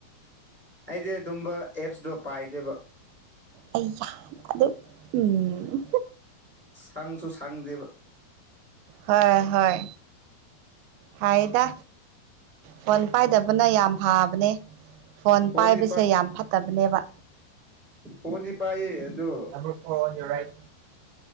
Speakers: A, in the centre; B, on the right (about 80°).
A: ꯑꯩꯗꯤ ꯑꯗꯨꯝꯕ ꯑꯦꯞꯁꯇꯣ ꯄꯥꯏꯗꯦꯕ
B: ꯑꯩ ꯌꯥꯗ ꯎꯝ
A: ꯁꯪꯁꯨ ꯁꯪꯗꯦꯕ
B: ꯍꯣꯏ ꯍꯣꯏ ꯐꯥꯏꯗ ꯐꯣꯟ ꯄꯥꯏꯗꯕꯅ ꯌꯥꯝ ꯐꯕꯅꯦ ꯐꯣꯟ
A: ꯐꯣꯟꯗꯤ
B: ꯄꯥꯏꯕꯁꯦ ꯌꯥꯝ ꯐꯠꯇꯕꯅꯦꯕ
A: ꯐꯣꯟꯗꯤ ꯄꯥꯏꯌꯦ ꯑꯗꯨ
B: ꯅꯝꯕꯔ ꯐꯣꯔ ꯔꯥꯏꯠ